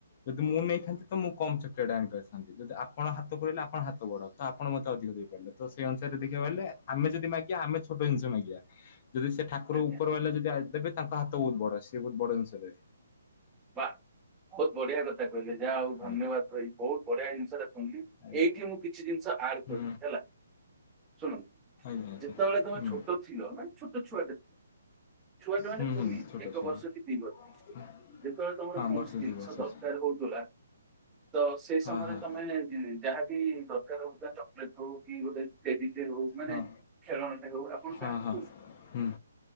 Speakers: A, on the left; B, on the right.
A: ଯଦି ମୁଁ ନେଇଥାନ୍ତି ତ ମୁଁ କମ୍ ଚକଲେଟ ଆଣି ପାରିଥାନ୍ତି ଯଦି ଆପଣ ହାତ ପୁରେଇଲେ ଆପଣ ହାତ ବଡ। ତ ଆପଣ ମତେ ଅଧିକ ଦେଇପାରିଲେ ତ ସେଇ ଅନୁସାରେ ଦେଖିବାକୁ ଗଲେ ଆମେ ଯଦି ମାଗିବା ଆମେ ଛୋଟ ଜିନିଷ ମାଗିଆ ଯଦି ସେ ଠାକୁର
B: ଆଜ୍ଞା
A: ଉପର ବାଲା ଯଦି ଦେବେ ତାଙ୍କ ହାତ ବହୁତ ବଡ ସିଏ ବହୁତ ବଡ ଜିନିଷ ଦେବେ।
B: ବା ବହୁତ ବଢିଆ କଥା କହିଲେ ଯାହା ହଉ ଧନ୍ୟବାଦ
A: ଆଜ୍ଞା
B: ଭାଇ ବହୁତ ବଢିଆ ଜିନିଷ ଟା ଶୁଣିଲି
A: ଆଜ୍ଞା।
B: ଏଇଠି ମୁଁ କିଛି ଜିନିଷ ଆଡ
A: ହୁଁ
B: କରିଲି ହେଲା ଶୁଣନ୍ତୁ
A: ଆଜ୍ଞା ଆଜ୍ଞା
B: ଯେତେବେଳେ ତମେ
A: ହୁଁ
B: ଛୋଟ ଥିଲ ମାନେ ଛୋଟ ଛୁଆଟେଥିଲ ଛୁଆଟେ ମାନେ
A: ହୁଁ
B: କୁନି
A: ହୁଁ ଛୋଟ
B: ଏକ
A: ଛୁଆ
B: ବର୍ଷ କି ଦୁଇ ବର୍ଷ
A: <inaudible>
B: ଯେତେବେଳେ ତମର
A: ହଁ
B: କୌଣସି
A: ବର୍ଷେ
B: ଜିନିଷ
A: ଦି ବର୍ଷ
B: ଦରକାର
A: ଅଛି।
B: ହେଉଥିଲା ତ ସେଇ ସମୟରେ
A: ହଁ ହଁ
B: ତମେ ଯାହାକି ଦରକାର ହେଉଥିଲା ଚକଲେଟ ହଉ କି ଗୋଟେ ଟେଡି ଟେ ହଉ ମାନେ
A: ହଁ
B: ଖେଳନା ଟେ ହଉ ଆପଣ
A: ହଁ
B: କାହାକୁ
A: ହଁ
B: କହୁଛନ୍ତି
A: ହୁଁ